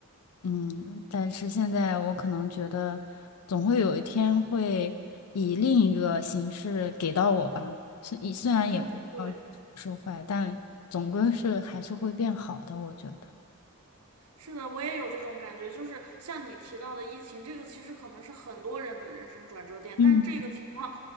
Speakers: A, on the left; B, on the right.
A: 嗯，但是现在我可能觉得总会有一天会以另一个形式给到我吧，虽虽然也不知道是好是坏，
B: 嗯，对。
A: 但总归是还是会变好的，我觉得。
B: 是的，我也有这种感觉，就是像你提到的疫情，这个其实可能是很多人的人生转折点，
A: 嗯，
B: 但这个情况，